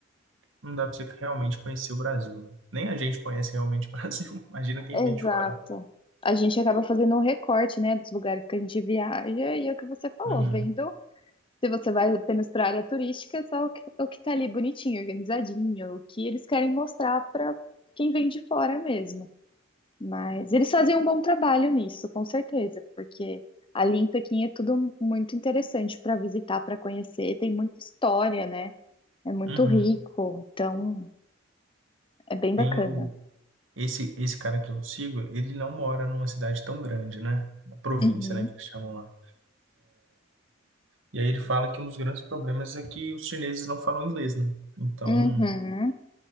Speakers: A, on the right; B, on the left.
A: Não dá pra você realmente conhecer o Brasil, né? Nem a gente conhece realmente o Brasil. <laughs> Imagina quem
B: Exato.
A: vem de fora.
B: A gente acaba fazendo um recorte, né, dos lugares que a gente viaja e é o que você falou,
A: Uhum.
B: vendo se você vai apenas para a área turística, é só o que, o que tá ali bonitinho, organizadinho, o que eles querem mostrar para quem vem de fora mesmo. Mas eles fazem um bom trabalho nisso, com certeza, porque ali em Pequim é tudo muito interessante para visitar, para conhecer, tem muita história, né? É muito
A: Uhum.
B: rico, então é bem bacana.
A: Tem o... Esse, esse cara que eu sigo, ele não mora numa cidade tão grande, né? Na província,
B: Uhum.
A: né, que eles chamam lá. E aí ele fala que um dos grandes problemas é que os chineses não falam inglês, né? Então,
B: Uhum.